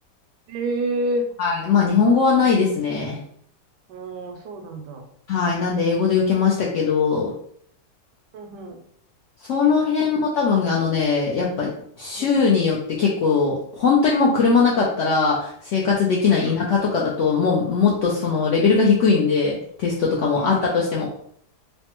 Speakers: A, on the right; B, on the left.
A: ええ
B: はい。まあ日本語はないですね。
A: うん、そうなんだ。
B: はい。なんで英語で受けましたけど、
A: うんうん。
B: その辺も多分あのね、
A: ええうん。
B: やっぱ州によって結構、
A: うん。
B: 本当にもう車なかったら生活できない田舎とかだと、
A: うん
B: もうもっとそのレベルが低いんで、
A: うん。
B: テストとかもあったとしても。
A: うんうん。なる